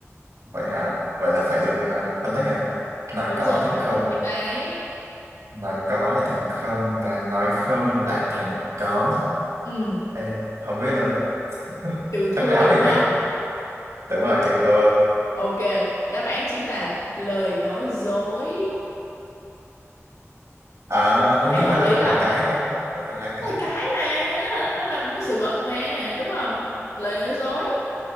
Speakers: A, on the right; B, on the left.
A: vậy hả vậy là phải dùng à, phân tích hả nói
B: đúng
A: có
B: rồi
A: thành không
B: phải phân tích đấy
A: nói có lại thành không và nói không lại thành có
B: ừ
A: Ê, không biết luôn á <laughs>
B: trường thua
A: tắc léo
B: rồi
A: vậy
B: đúng
A: à?
B: không
A: đúng rồi trường thua
B: ok đáp án chính là lời nói dối
A: à ô
B: thấy
A: nhưng
B: hợp
A: mà
B: lý
A: đâu phải
B: không
A: là cái đâu đâu phải là cái
B: Đó là cái mà nó là, nó là một cái sự vật mà đúng không lời nói dối